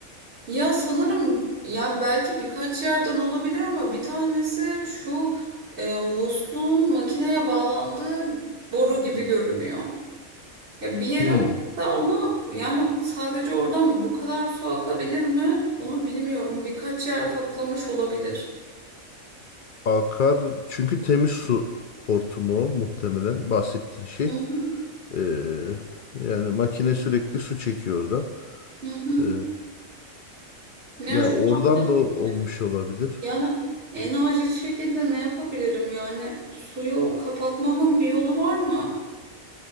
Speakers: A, on the right (about 50°); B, on the left (about 60°).
A: ya sanırım ya belki birkaç yerden olabilir ama bir tanesi şu e, musluğun makineye bağlandığı boru gibi görünüyor. Ya bir yere
B: Hmm.
A: oturttu ama yani sadece oradan bu kadar su akabilir mi? Onu bilmiyorum. Birkaç yer patlamış olabilir.
B: Akar çünkü temiz su hortumu o muhtemelen bahsettiğin şey.
A: Hı hı.
B: E, yani makine sürekli su çekiyor oradan.
A: Hı hı.
B: E,
A: Yani
B: ya
A: şu
B: oradan
A: anda
B: da olmuş
A: peki,
B: olabilir.
A: yani en acil şekilde ne yapabilirim? Yani suyu kapatmamın bir yolu var mı?